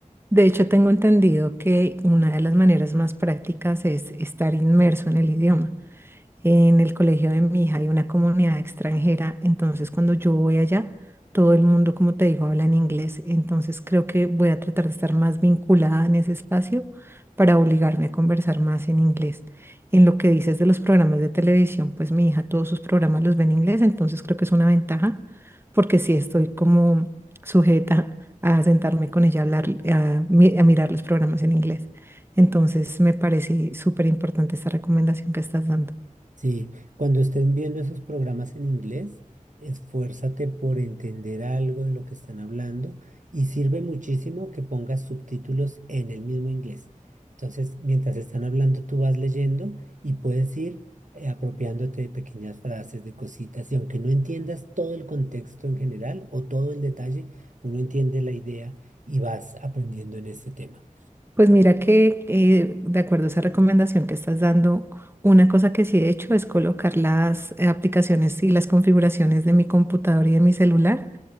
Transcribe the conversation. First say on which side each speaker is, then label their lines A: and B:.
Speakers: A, on the right; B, on the right.
A: De hecho, tengo entendido que una de las maneras más prácticas es estar inmerso en el idioma. En el colegio de mi hija hay una comunidad extranjera, entonces cuando yo voy allá, todo el mundo, como te digo, habla en inglés. Entonces creo que voy a tratar de estar más vinculada en ese espacio para obligarme a conversar más en inglés. En lo que dices de los programas de televisión, pues mi hija todos sus programas los ve en inglés, entonces creo que es una ventaja porque sí estoy como sujeta a sentarme con ella a hablar, a, mi- a mirar los programas en inglés. Entonces me parece súper importante esta recomendación que estás dando.
B: Sí, cuando estén viendo esos programas en inglés, esfuérzate por entender algo de lo que están hablando y sirve muchísimo que pongas subtítulos en el mismo inglés. Entonces, mientras están hablando, tú vas leyendo y puedes ir eh, apropiándote de pequeñas frases, de cositas, y aunque no entiendas todo el contexto en general o todo el detalle, uno entiende la idea y vas aprendiendo en ese tema.
A: Pues mira que eh, de acuerdo a esa recomendación que estás dando, una cosa que sí he hecho es colocar las eh, aplicaciones y las configuraciones de mi computador y de mi celular